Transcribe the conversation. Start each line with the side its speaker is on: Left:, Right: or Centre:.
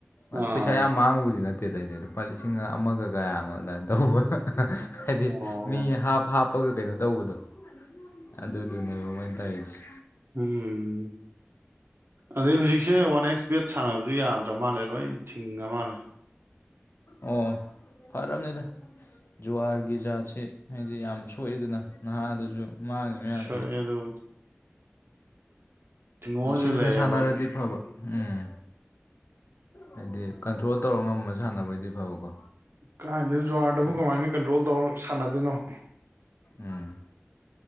Left: ꯑꯗꯨ
Right: ꯑꯥ
Left: ꯄꯩꯁꯥ ꯌꯥꯝ ꯃꯥꯡꯉꯨꯕꯗꯤ ꯅꯠ ꯠꯇꯦꯗꯩꯗꯤ ꯂꯨꯄꯥ ꯂꯤꯁꯤꯡ ꯑꯃꯒ ꯀꯌꯥꯅꯣ ꯑꯗꯨꯃꯥꯏꯅ ꯇꯧꯕ ꯍꯥꯏꯗꯤ
Right: ꯑꯣ
Left: ꯃꯤ ꯍꯥꯞ ꯍꯥꯞꯄꯒ ꯀꯩꯅꯣ ꯇꯧꯕꯗꯣ ꯑꯗꯨ ꯗꯨꯅꯦꯕ ꯃꯣꯏ ꯇꯣꯏꯁꯤ
Right: ꯎꯝ ꯑꯗꯩ ꯍꯧꯖꯤꯛꯁꯦ ꯋꯥꯟ ꯑꯦꯛꯁ ꯕꯦꯠ ꯁꯥꯟꯅꯕꯁꯨ ꯌꯥꯗ꯭ꯔꯥ ꯃꯥꯜꯂꯦ ꯂꯣꯏ ꯊꯤꯡꯉ ꯃꯥꯜꯂꯦ
Left: ꯑꯣ ꯐꯔꯝꯅꯤ ꯑꯗꯨ ꯖꯨꯍꯥꯔꯒꯤ ꯖꯥꯠꯁꯦ ꯍꯥꯏꯗꯤ ꯌꯥꯝ ꯁꯣꯛꯏꯦꯗꯅ ꯅꯍꯥꯗ ꯁꯨ ꯃꯥꯡꯉꯤ ꯃꯌꯥꯝꯁꯦ
Right: ꯁꯣꯛꯑꯦ ꯑꯗꯨꯕꯨꯗꯤ ꯊꯤꯡꯉꯣꯁꯤꯗ
Left: ꯁꯤꯡꯅ
Right: ꯂꯩꯔꯦ
Left: ꯁꯥꯟꯅꯔꯗꯤ
Right: ꯑꯩꯈꯣꯏꯗꯤ
Left: ꯐꯕ ꯎꯝ ꯍꯥꯏꯗꯤ ꯀꯟꯇ꯭ꯔꯣꯜ ꯇꯧꯔ ꯉꯃ ꯁꯥꯟꯅꯕꯣꯏꯗꯤ ꯐꯕꯀꯣ
Right: ꯀꯥꯏꯗꯅ ꯖꯨꯋꯥꯔꯗꯕꯨ
Left: ꯍꯣꯏ
Right: ꯀꯃꯥꯏꯅ ꯀꯟꯇ꯭ꯔꯣꯜ ꯇꯧꯔ ꯁꯥꯟꯅꯗꯣꯏꯅꯣ
Left: ꯎꯝ